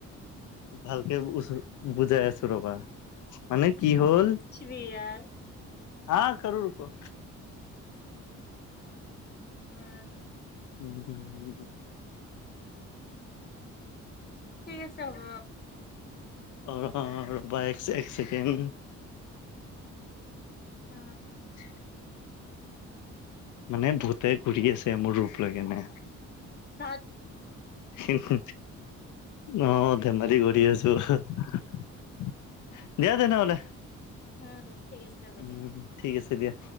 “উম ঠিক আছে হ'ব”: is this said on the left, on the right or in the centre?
Left